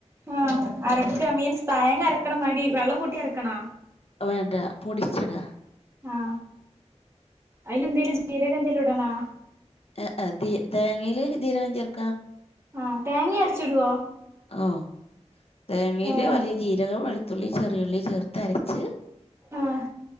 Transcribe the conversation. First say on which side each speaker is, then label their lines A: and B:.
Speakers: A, on the right; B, on the left.
A: ആ അരക്ക മീൻസ്, തഴങ്ങരക്ക്ണ മാരി വെള്ളം കൂട്ടി അരക്കണ?
B: വേണ്ട, പൊടിച്ചിട
A: ആ, അയ്ലെന്തേലും ജീരകന്തേലുടണാ?
B: ഏ എ, തി തേങ്ങീല് ജീരകം ചേർക്കാ
A: ആ തേങ്ങ അരച്ചിടുവോ
B: ഓ തേങ്ങയില്
A: ആഹ്
B: വലിയ ജീരകം വെളുത്തുള്ളി ചെറിയുള്ളി ചേർത്ത് അരച്ച്
A: ആഹ